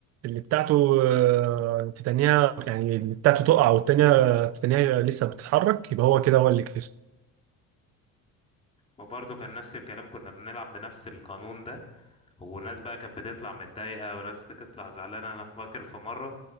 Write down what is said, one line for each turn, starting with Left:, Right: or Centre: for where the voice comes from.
Right: اللي بتاعته آه، تتنيها يعني اللي بتاعته تقع والتانية آه، تتنيها لسه بتتحرك يبقى هو كده هو اللي كسب
Left: وبرضه كان نفس الكلام كنا بنلعب بنفس القانون ده وناس بقى كانت بتطلع متضايقة وناس بتطلع زعلانة أنا فاكر في مرة